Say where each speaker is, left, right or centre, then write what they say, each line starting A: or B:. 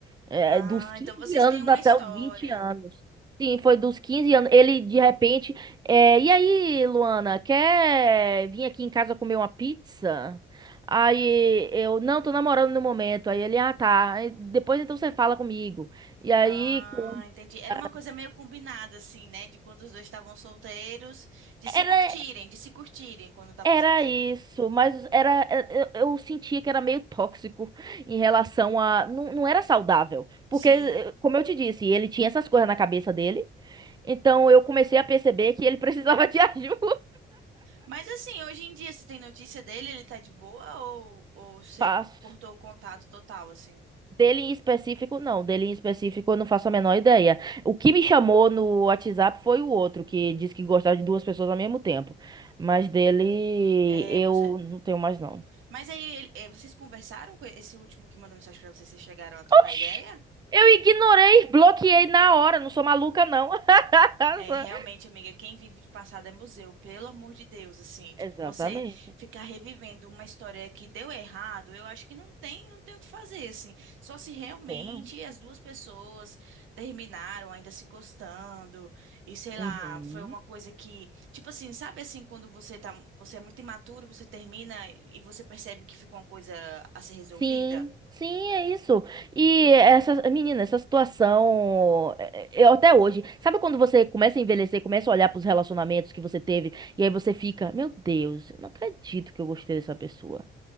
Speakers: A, on the right; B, on the right.
A: É,
B: Ah,
A: dos 15
B: então vocês
A: anos
B: têm uma
A: até
B: história.
A: os 20 anos. Sim, foi dos 15 anos. Ele, de repente. é, e aí, Luana, quer vir aqui em casa comer uma pizza? Aí eu, não, tô namorando no momento. Aí ele, ah, tá. Aí, depois então você fala comigo. E aí.
B: Ah,
A: com-
B: entendi. Era
A: é,
B: uma coisa meio combinada, assim, né? De quando os dois estavam solteiros, de se
A: Era.
B: curtirem, de se curtirem quando estavam
A: Era
B: solteiros.
A: isso, mas era eh, eu, eu sentia que era meio tóxico em relação a não, não era saudável,
B: Sim.
A: porque eh, como eu te disse, ele tinha essas coisas na cabeça dele. Então eu comecei a perceber que ele <laughs> precisava de ajuda.
B: Mas assim, hoje em dia, você tem notícia dele? Ele tá de boa ou, ou você
A: Faço.
B: cortou o contato total, assim?
A: Dele em específico, não. Dele em específico, eu não faço a menor ideia. O que me chamou no WhatsApp foi o outro, que disse que gostava de duas pessoas ao mesmo tempo. Mas dele,
B: É,
A: eu
B: você...
A: não tenho mais, não.
B: Mas aí, ele- é, vocês conversaram com esse último que mandou mensagem pra vocês? Vocês chegaram a trocar
A: Oxi,
B: ideia?
A: eu ignorei, bloqueei na hora, não sou maluca, não. <laughs>
B: É,
A: Sou-
B: realmente, amiga, quem vive de passado é museu, pelo amor de Deus, assim, tipo,
A: Exatamente,
B: você ficar revivendo uma história que deu errado, eu acho que não tem, não tem o que fazer, assim, só se realmente
A: tem não.
B: as duas pessoas terminaram ainda se gostando, e sei lá,
A: Uhum.
B: foi uma coisa que, tipo assim, sabe assim, quando você tá, você é muito imaturo, você termina e você percebe que ficou uma coisa a ser resolvida?
A: Sim, sim, é isso. E essa, menina, essa situação, é, é, eu até hoje, sabe quando você começa a envelhecer, começa a olhar pros relacionamentos que você teve, e aí você fica, meu Deus, eu não acredito que eu gostei dessa pessoa.